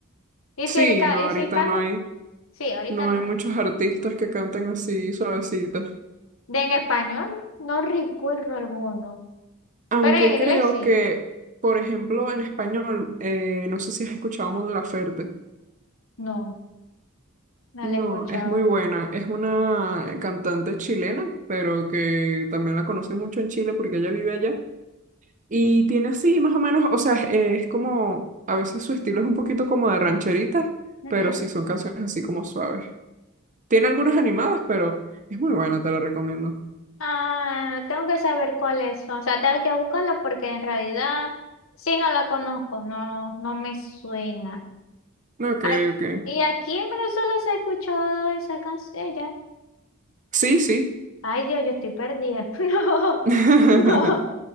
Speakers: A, on the left; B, on the right.
A: Y
B: Sí,
A: si, el, ca-
B: no,
A: y
B: ahorita
A: si canta,
B: no hay,
A: sí, ahorita
B: no
A: no
B: hay muchos
A: hay.
B: artistas que canten así suavecitos.
A: De en español, no recuerdo alguno,
B: Aunque
A: pero en inglés
B: creo
A: sí,
B: que, por ejemplo, en español, eh, no sé si has escuchado Mon Laferte.
A: no, no
B: No,
A: la he escuchado.
B: es muy buena. Es una eh, cantante chilena, pero que también la conoce mucho en Chile porque ella vive allá. Y tiene así, más o menos, o sea, es, es como, a veces su estilo es un poquito como de rancherita,
A: Ujú.
B: pero sí son canciones así como suaves. Tiene algunas animadas, pero es muy buena, te la recomiendo.
A: Ah, tengo que saber cuáles son, o sea, tengo que buscarla porque en realidad, sí, no la conozco, no, no me suena.
B: Ok,
A: Ac-
B: ok.
A: Y aquí en Venezuela se ha escuchado esa canción ya.
B: Sí, sí.
A: Ay, Dios, yo estoy perdida. <laughs>
B: <laughs>
A: No, no,